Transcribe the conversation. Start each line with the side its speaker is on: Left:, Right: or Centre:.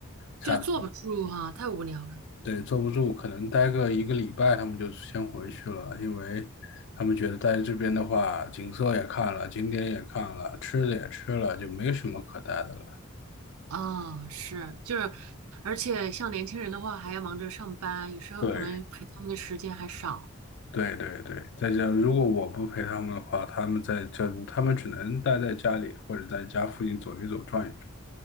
Left: 差，
Right: 就坐不住啊，太无聊了。
Left: 对，坐不住，可能待个一个礼拜，他们就先回去了，因为他们觉得待这边的话，景色也看了，景点也看了，吃的也吃了，就没什么可待的了。
Right: 啊，是，就是，而且像年轻人的话，还要忙着上班，有时候可能陪他们的时间还少。
Left: 对。对对对，再加上如果我不陪他们的话，他们在这，他们只能待在家里或者在家附近走一走、转一转。